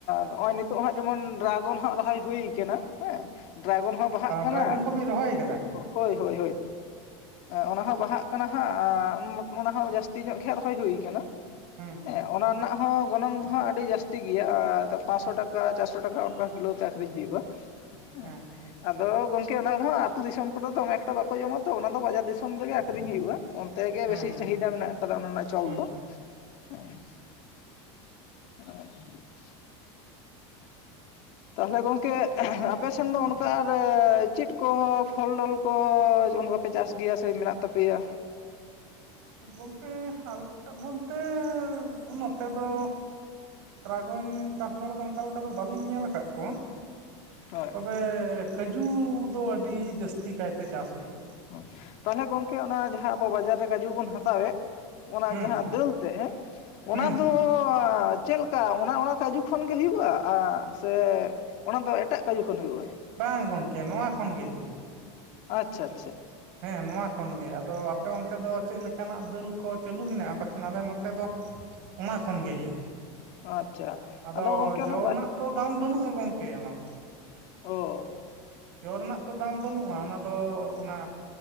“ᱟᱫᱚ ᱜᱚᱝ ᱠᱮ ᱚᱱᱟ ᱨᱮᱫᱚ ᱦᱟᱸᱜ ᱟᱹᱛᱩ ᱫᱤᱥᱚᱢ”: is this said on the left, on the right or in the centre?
Left